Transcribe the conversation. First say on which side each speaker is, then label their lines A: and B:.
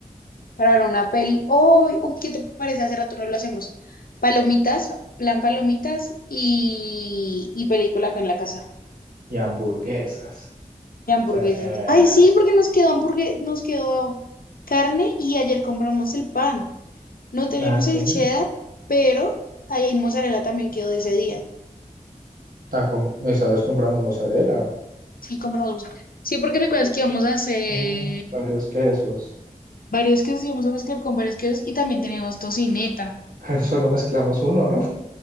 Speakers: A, on the left; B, on the right.
A: para ver una peli. Uy, uy, ¿qué te parece? Hace rato no lo hacemos. Palomitas, plan palomitas y, y película acá en la casa.
B: y hamburguesas.
A: Y hamburguesas.
B: O sea, eh,
A: Ay, sí, porque nos quedó hamburgue- nos quedó carne y ayer compramos el pan. No teníamos
B: ah, sí.
A: el cheddar, pero ahí hay mozzarella también quedó de ese día.
B: Ah, com- esa vez compramos mozzarella,
A: Sí, compramos mozzarella. Sí, porque recuerdas que íbamos a hacer
B: ah, varios quesos.
A: varios quesos, íbamos a mezclar con varios quesos y también teníamos tocineta.
B: <laughs> Pero solo mezclamos uno, ¿no?